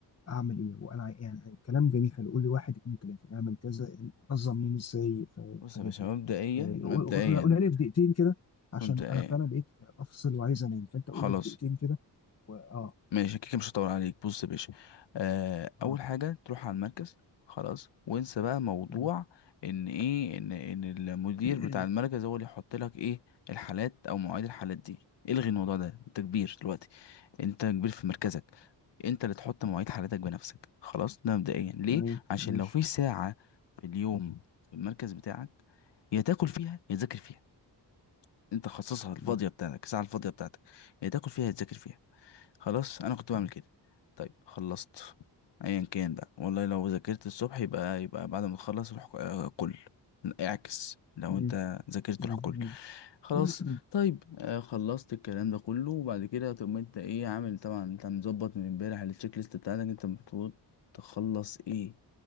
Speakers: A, on the left (about 35°); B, on the left (about 75°).
A: اعمل ايه وانا عاي- يعني كلام جميل حلو قول لي واحد اتنين تلاته اعمل كذا نظم يومي ازاي في
B: بص
A: الحاجات
B: يا باشا
A: دي
B: مبدئيا
A: ف- قول
B: مبدئيا
A: قول- قولها لي في دقيقتين كده عشان
B: مبدئيا
A: انا فعلا بقيت افصل وعايز انام فانت قول
B: خلاص
A: لي في دقيقتين كده و... اه
B: ماشي كده مش هطول عليك بص يا باشا آه
A: اه
B: اول حاجه تروح على المركز خلاص وانسى بقى موضوع
A: مم.
B: ان ايه ان ان المدير
A: <coughs>
B: بتاع المركز
A: <clears throat>
B: هو اللي يحط لك ايه الحالات او مواعيد الحالات دي الغي الموضوع ده انت كبير دلوقتي انت كبير في مركزك انت اللي تحط مواعيد حالتك بنفسك خلاص ده مبدئيا ليه
A: تمام
B: عشان
A: ماشي
B: لو في ساعة في اليوم في المركز بتاعك يا تاكل فيها يا تذاكر فيها انت خصصها الفاضية
A: مم.
B: بتاعتك الساعة الفاضية بتاعتك يا تاكل فيها يا تذاكر فيها خلاص انا كنت
A: مم.
B: بعمل كده طيب خلصت ايا كان بقى والله لو ذاكرت الصبح يبقى يبقى بعد ما تخلص روح آه، كل اعكس لو
A: مم.
B: انت ذاكرت
A: مم.
B: روح كل خلاص
A: مم.
B: طيب آه، خلصت الكلام ده كله وبعد كده تقوم انت ايه عامل طبعا انت مظبط من امبارح التشيك ليست بتاعتك انت المفروض تخلص ايه